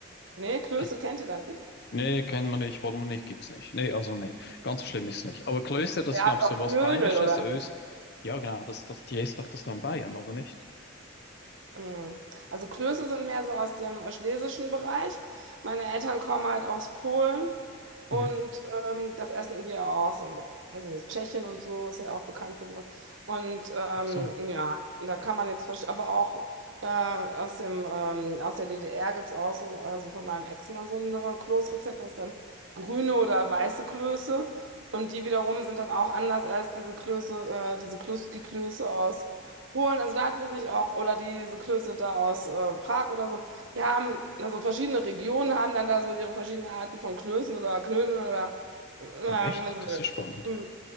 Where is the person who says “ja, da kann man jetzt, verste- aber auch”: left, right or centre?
Right